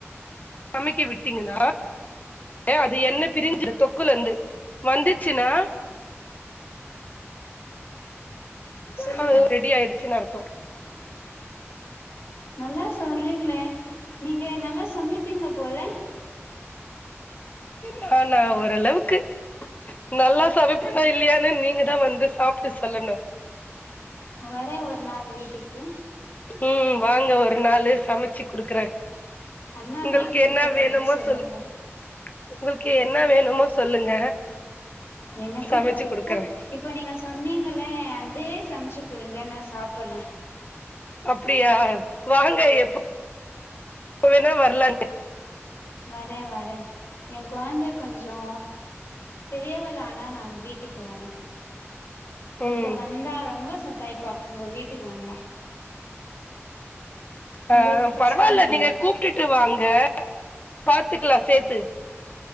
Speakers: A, on the left; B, on the left.
A: சமைக்க விட்டீங்கன்னா அது எண்ணெ பிரிஞ்சு தொக்குல இருந்து வந்துச்சுனா
B: சொல்லுங்க
A: ஆ அது ரெடி ஆயடுது அச்சினு அர்த்தோ
B: நல்லா சொல்றீங்களே நீங்க நல்லா சமைப்பீங்க போல
A: நானா ஓரளவுக்கு நல்லா சமைப்பனா இல்லையானு நீங்கதா வந்து சாப்ட்டு சொல்லணு
B: வரே ஒரே ஒரு நாள் வீட்டுக்கு
A: ம் வாங்க ஒரு நாளு சமச்சு குடுக்குறே
B: அண்ணா
A: உங்களுக்கு
B: வீட்ல இருக்குபோது
A: என்ன வேணுமோ
B: செல்லுங்க
A: சொல்லுங்க உங்களுக்கு என்ன வேணுமோ சொல்லுங்க
B: எனக்கு
A: சமைச்சு
B: பருப்பு
A: குடுக்குறே
B: இப்ப நீங்க சொன்னீங்களே அதுவே சமைச்சு குடுங்க நா சாப்பறே
A: அப்டியா வாங்க எப்ப எப்பவேணா வரலனு
B: வரே வரே எ கொழந்த கொஞ்ச பெரியவள ஆனா நா வீட்டுக்கு வரே
A: ம்
B: இப்ப வந்தா ரொம்ப சத் டைப்பா உங்க வீட் டுக்கு வந்தா
A: ஆ
B: உங்களுக்கு
A: பரவால்ல
B: கஷ்டமாயிடு
A: நீங்க கூப்ட்டுட்டு வாங்க பாத்துக்கலா சேத்து